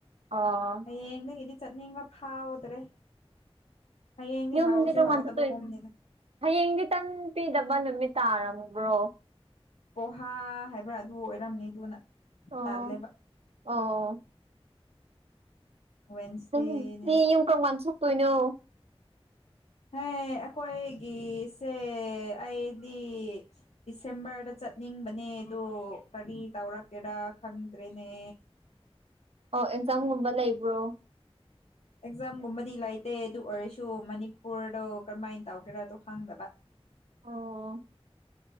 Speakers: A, on the right; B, on the left.
A: ꯑꯥ
B: ꯍꯌꯦꯡꯗꯒꯤꯗꯤ ꯆꯠꯅꯤꯡꯕ ꯐꯥꯎꯗ꯭ꯔꯦ ꯍꯌꯦꯡꯗꯤ
A: ꯌꯨꯝꯗꯤ
B: ꯍꯥꯎꯁꯨ
A: ꯀꯔꯝꯀꯥꯟ
B: ꯍꯥꯎꯗꯕꯒꯨꯝꯅꯤꯗ
A: ꯆꯠꯇꯣꯏꯅꯣ ꯍꯌꯦꯡꯗꯤ ꯇꯟ ꯄꯤꯗꯕ ꯅꯨꯃꯤꯠ ꯇꯥꯔꯝꯕ꯭ꯔꯣ
B: ꯄꯣꯍꯥ ꯍꯥꯏꯕ꯭ꯔꯥ ꯑꯗꯨ ꯑꯣꯏꯔꯝꯅꯤ ꯑꯗꯨꯅ
A: ꯑꯣ
B: ꯇꯥꯜꯂꯦꯕ
A: ꯑꯣ
B: ꯋꯦꯟꯁꯗꯦꯅꯤꯅ
A: ꯅꯪ ꯗꯤ ꯌꯨꯝ ꯀꯔꯝꯀꯥꯟ ꯆꯠꯇꯨꯏꯅꯣ
B: ꯍꯩ ꯑꯩꯈꯣꯏꯒꯤꯁꯦ ꯑꯩꯗꯤ ꯗꯤꯁꯦꯝꯕꯔꯗ ꯆꯠ ꯆꯠꯅꯤꯡꯕꯅꯦ ꯑꯗꯨ ꯀꯔꯤ ꯇꯧꯔꯛꯀꯦꯔ ꯈꯪꯗ꯭ꯔꯦꯅꯦ
A: ꯑꯣ ꯑꯦꯛꯖꯥꯝꯒꯨꯝꯕ ꯂꯩꯕ꯭ꯔꯣ
B: ꯑꯦꯛꯖꯥꯝꯒꯨꯝꯕꯗꯤ ꯂꯩꯇꯦ ꯑꯗꯨ ꯑꯣꯏꯔꯁꯨ ꯃꯅꯤꯄꯨꯔꯗꯣ ꯀꯔꯃꯥꯏ ꯇꯧꯒꯦꯔꯗꯣ ꯈꯪꯗꯕ
A: ꯑꯣ